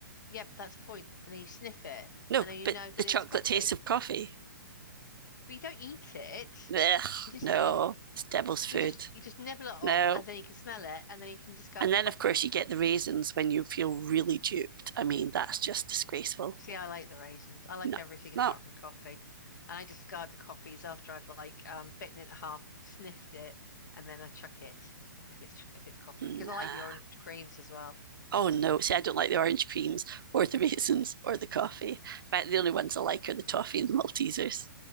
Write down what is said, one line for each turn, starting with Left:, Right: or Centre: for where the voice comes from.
Left: Yeah, but that's the point. And then you sniff it,
Right: No,
Left: and then you
Right: but
Left: know that
Right: the chocolate
Left: it's coffee.
Right: taste of coffee.
Left: but you don't eat it.
Right: Ugh,
Left: You just
Right: no,
Left: you,
Right: it's devil's food.
Left: you just you just nibble it off,
Right: No.
Left: and then you can smell it, and then you can discard
Right: And
Left: the
Right: then,
Left: coffees.
Right: of course, you get the raisins when you feel really duped. I mean, that's just disgraceful.
Left: See, I like the raisins. I like
Right: No,
Left: everything apart
Right: no,
Left: from the coffee, and I discard the coffees after I've like um bitten it in half, sniffed it, and then I chuck it if it's if it's coffee
Right: nah.
Left: because I like the orange creams as well.
Right: Oh, no. See, I don't like the orange creams or the <laughs> raisins or the coffee. In fact, the only ones I like are the toffee and the Maltesers.